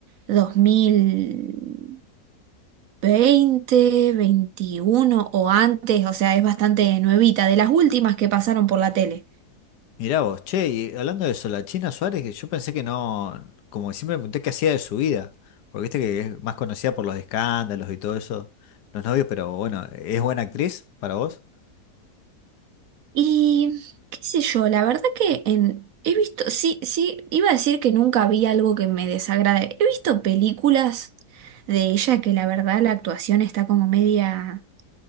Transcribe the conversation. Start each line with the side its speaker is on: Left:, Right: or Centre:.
Right: dos mil veinte, 21 o antes, o sea, es bastante nuevita, de las últimas que pasaron por la tele.
Left: Mirá vos, che, y hablando de eso, la China Suárez, que yo pensé que no, como que siempre me pregunté qué hacía de su vida, porque viste que es más conocida por los escándalos y todo eso, los novios, pero bueno, ¿es buena actriz para vos?
Right: Y qué sé yo, la verdad que en, he visto, sí, sí, iba a decir que nunca vi algo que me desagrade. He visto películas de ella que la verdad la actuación está como media...